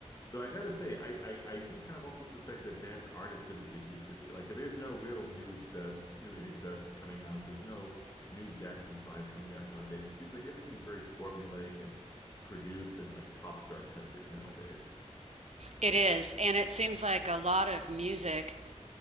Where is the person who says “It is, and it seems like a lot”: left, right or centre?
Right